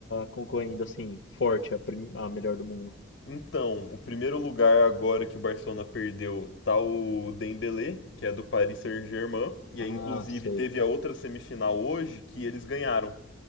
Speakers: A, on the left (about 75°); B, on the left (about 90°).
A: concorrendo assim, forte, a, prim- a melhor do mundo?
B: Então, o primeiro lugar agora que o Barcelona perdeu tá o Dembélé, que é do Paris Saint-Germain, e
A: Ah,
B: aí inclusive
A: sei.
B: teve a outra semifinal hoje que eles ganharam